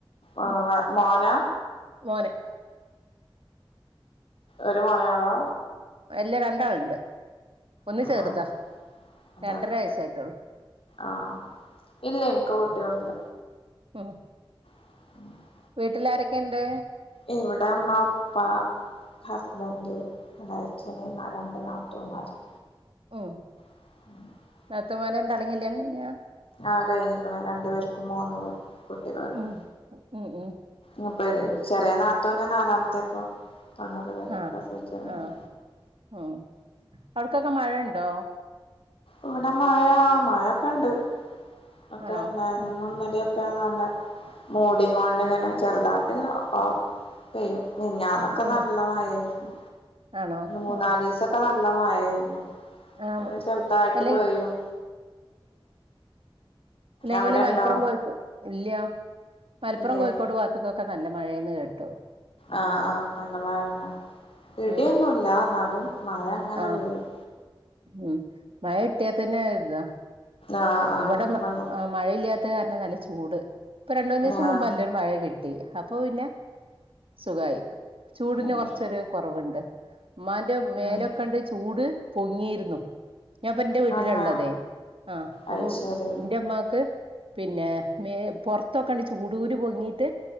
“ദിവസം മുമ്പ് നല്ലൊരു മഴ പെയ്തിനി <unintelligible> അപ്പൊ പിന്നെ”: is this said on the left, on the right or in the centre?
Right